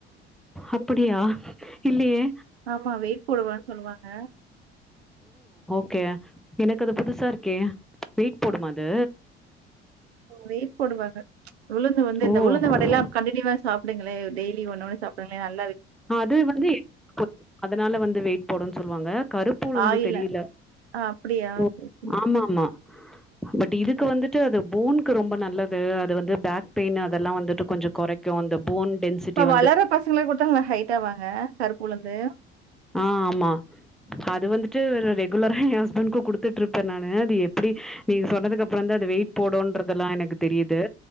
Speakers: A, in the centre; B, on the right.
A: அப்டியா இல்லயே
B: ஆமா வெயிட் போடுவன்னு சொல்லுவாங்க
A: க்கே எனக்கு அது புதுசா இருக்கே வெயிட் போடுமா அது
B: வெயிட் போடுவாங்க உளுந்து வந்து
A: ஓ
B: இந்த உளுந்து வடயெல்லா கண்டினியூவா சாப் டுங்களே டெய்லி ஒன்னு ஒன்னு சாப்டுங்ளே நல்
A: அது வந்து <inaudible> அதனால வந்து வெயிட் போடுனு சொல்லுவாங்க கருப்பு உளுந்து
B: ஆயில
A: தெரியல
B: ஆ அப்படியா?
A: ஓ
B: சரி, சரி.
A: ஆமாமா பட் இதுக்கு வந்துட்டு அது போன்க்கு ரொம்ப நல்லது அது வந்து பேக் பெய்ன் அதெல்லா வந்துட்டு கொஞ்சோ கொறைக்கு இந்த போன் டென்சிட்டி
B: இப்ப வளர்ற
A: வந்து
B: பசங்களுக்கு குடுத்தா நல்லா ஹைட் ஆவாங்க கருப்பு உளுந்து
A: ஆ ஆமா அது வந்துட்டு ரெகுலரா எ ஹஸ்பண்ட்க்கு குடுத்துட்டு இருப்ப நானு அது எப்டி நீங்க சொன்னதுக்கு அப்புறந்தா அது வெயிட் போடோன்றததெல்லா எனக்கு தெரியுது